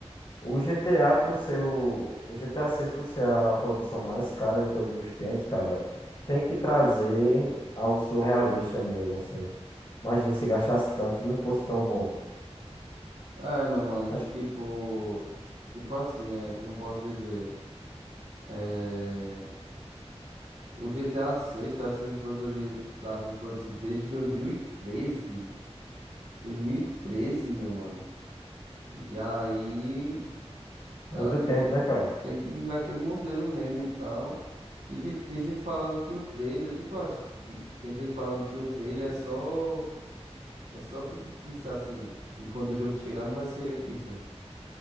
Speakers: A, on the left (about 50°); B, on the right (about 80°).
A: o GTA por ser o, o GTA seis por ser a produção mais cara de todos os tempos, cara, tem que trazer algo surrealista mesmo, assim. Imagina se gastasse tanto e não fosse tão bom.
B: É, meu mano,
A: Acho que
B: tipo. Tipo assim, é, como eu posso dizer? É, o GTA 6 está sendo produzido, tá sendo produzido desde 2013. 2013, meu mano. E aí Ela
A: muito
B: tem
A: tempo,
B: que,
A: né, cara?
B: tem que vir daquele modelo mesmo e tal. E tipo, tem gente falando que o trailer, o que tu acha? que- Tem gente falando que o trailer é só, é só fictício assim. E quando o jogo chegar não vai ser isso.